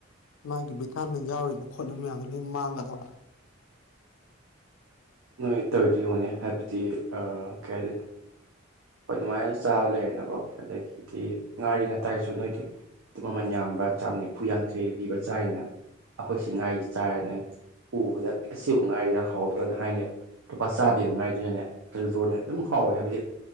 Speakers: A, on the left; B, on the right.
A: ꯃꯥꯒꯤ ꯚꯤꯇꯥꯃꯤꯟ ꯌꯥꯎꯔꯤꯕ ꯈꯣꯠꯂꯤꯕ ꯃꯌꯥꯝꯗꯨꯣ ꯂꯣꯏ ꯃꯥꯡꯒꯗꯧꯅꯤ
B: ꯅꯣꯏ ꯇꯧꯔꯗꯤ ꯌꯣꯟꯅꯤ ꯍꯥꯏꯕꯗꯤ ꯀꯩꯗꯣꯏꯅꯣ ꯑꯗꯨꯃꯥꯏꯅ ꯆꯥꯕ ꯂꯩꯔꯦꯅꯀꯣ ꯑꯗꯒꯤꯗꯤ ꯉꯥꯔꯤ ꯉꯥꯇꯥꯏꯁꯨ ꯅꯣꯏꯗꯤ ꯑꯗꯨꯝ ꯃꯃꯟ ꯌꯥꯝꯕ ꯆꯥꯝ ꯅꯤꯐꯨ ꯌꯥꯡꯈꯩ ꯄꯤꯕ ꯆꯥꯏꯔꯤꯅ ꯑꯩꯈꯣꯏꯁꯤ ꯉꯥꯔꯤꯁꯤ ꯆꯥꯏꯔꯦꯅ ꯎꯕꯗ ꯑꯁꯤꯕꯨ ꯉꯥꯔꯤꯗ ꯍꯥꯎꯗ꯭ꯔꯅ ꯍꯥꯏꯅꯦꯕ ꯂꯨꯄꯥ ꯆꯥꯕꯤꯤꯕ ꯉꯥꯏꯗꯨꯅꯅꯦ ꯑꯗꯨ ꯔꯣꯟꯅꯦ ꯑꯗꯨꯝ ꯍꯥꯎꯋꯦ ꯍꯥꯏꯕꯗꯤ